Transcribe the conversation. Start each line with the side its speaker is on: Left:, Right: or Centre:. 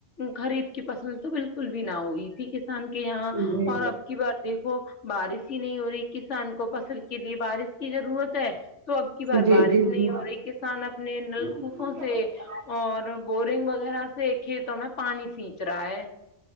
Left: غریب کی فصل تو بالکل کل بھی نہ ہوئی تھی کسان کے یہاں
Right: جی
Left: اور اب کی بار دیکھو بارش ہی نہیں ہو رہی کسان کو فصل کے لیے بارش کی ضرورت ہے تو اب کی بار
Right: جی
Left: بارش نہیں
Right: جی
Left: ہو رہی کسان اپنے نلکوفوں
Right: جی
Left: سے اور بہت رنگ وغیرہ سے کھیتوں میں پانی سیننچ رہا ہے